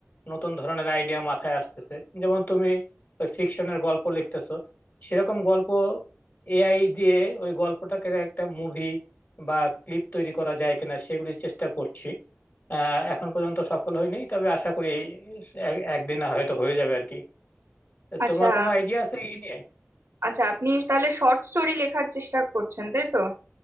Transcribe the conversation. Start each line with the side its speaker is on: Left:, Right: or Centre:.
Left: নতুন ধরনের আইডিয়া মাথায় আসতেছে যেমন তুমি ওই ফিকশনের গল্প লিখতেছো সেরকম গল্প এআই দিয়ে ওই গল্পটাকে একটা মুভি বা ক্লিপ তৈরি করা যায় কিনা সেগুলির চেষ্টা করছি আহ এখন পর্যন্ত সফল হয়নি তবে আশা করি এক- একদিন হয়তো হয়ে যাবে আর কি তো
Right: আচ্ছা
Left: তোমার কোনো আইডিয়া আছে এই নিয়ে
Right: আচ্ছা আপনি তাহলে শর্ট স্টোরি লেখার চেষ্টা করছেন তাই তো